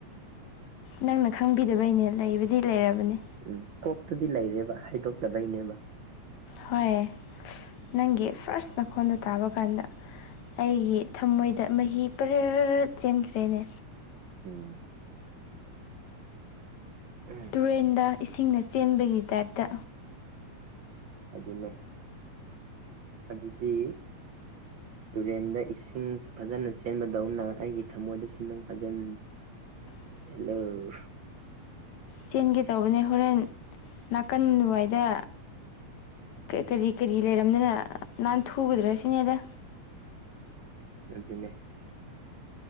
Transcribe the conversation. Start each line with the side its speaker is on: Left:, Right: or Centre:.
Left: ꯅꯪꯅ ꯈꯪꯕꯤꯗꯕꯩꯅꯦ ꯂꯩꯕꯗꯤ ꯂꯩꯔꯕꯅꯦ
Right: ꯎꯝ ꯀꯣꯛꯇꯗꯤ ꯂꯩꯔꯦꯕ ꯍꯥꯏꯗꯣꯛꯇꯕꯩꯅꯦꯕ
Left: ꯍꯣꯏ ꯅꯪꯒꯤ ꯐ꯭ꯔꯥꯁ ꯅꯈꯣꯟꯗꯣ ꯇꯥꯕ ꯀꯥꯟꯗ ꯑꯩꯒꯤ ꯊꯃꯣꯏꯗ ꯃꯍꯤ ꯄꯔꯦ ꯆꯦꯟꯈ꯭ꯔꯦꯅꯦ
Right: ꯎꯨꯝ ꯎꯨ
Left: ꯇꯨꯔꯦꯟꯗ ꯏꯁꯤꯡꯅ ꯆꯦꯟꯕꯒꯤ ꯇꯥꯏꯞꯇ
Right: ꯑꯗꯨꯅꯦ ꯑꯗꯨꯗꯤ ꯇꯨꯔꯦꯟꯗ ꯏꯁꯤꯡ ꯐꯖꯅ ꯆꯦꯟꯕꯗꯧꯅ ꯑꯩꯒꯤ ꯊꯃꯣꯏꯗꯁꯨ ꯅꯪ ꯐꯖꯟ
Left: <unintelligible>
Right: ꯍꯦꯜꯂꯣ
Left: ꯆꯦꯟꯒꯦ ꯇꯧꯕꯅꯦ ꯍꯣꯔꯦꯟ ꯅꯥꯀꯟ ꯋꯥꯏꯗ ꯀꯔꯤ ꯀꯔꯤ ꯂꯩꯔꯝꯗꯅ ꯅꯥꯟ ꯊꯨꯒꯗ꯭ꯔꯁꯤꯅꯦꯗ
Right: <unintelligible>